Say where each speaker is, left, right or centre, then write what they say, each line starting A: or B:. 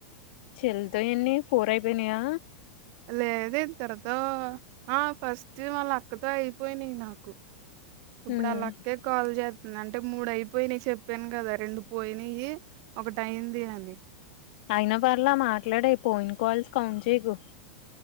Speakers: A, on the left; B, on the right.
A: చెల్లితో ఎన్ని ఫోర్ అయిపోయినయా
B: లేదు ఇద్దరితో ఆ ఫస్ట్ వాళ్ళ అక్కతో అయిపోయినయ్ నాకు ఇప్పుడు
A: హ్మ్
B: ఆళ్లక్కె కాల్ జే నంటే మూడు అయిపోయినాయి చెప్పాను కదా రెండు పోయినయి ఒకటి అయింది అని
A: అయినా పర్లా మాట్లాడేయ్ ఫోన్ కాల్స్ ని కౌంట్ చేయ్ కు